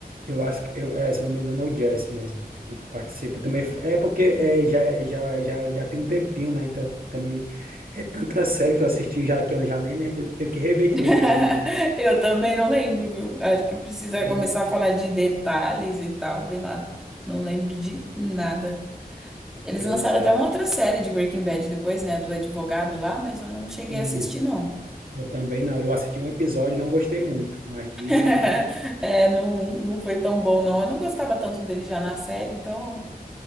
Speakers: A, on the right; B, in the centre.
A: eu acho que, eu, é, se eu não me engano, é o Jess mesmo que participa também. É porque é, já, é- já, já, já tem um tempinho, né? Então também é tanta série que eu assisti já que eu já nem lembro. Tenho que rever de
B: <laughs>
A: novo para mim.
B: Eu também não lembro, viu? Acho que precisa
A: pra
B: começar
A: mim-
B: a falar de detalhes e tal, sei lá. Não lembro de nada. Eles
A: Pois
B: lançaram
A: é.
B: até uma outra série de Breaking Bad depois, né? Do advogado lá, mas eu não cheguei
A: Isso.
B: a assistir, não.
A: Eu também não. Eu assisti um episódio e não gostei muito, mas
B: <laughs>
A: dizem que.
B: É, não, não foi tão bom, não. Eu não gostava tanto dele já na série, então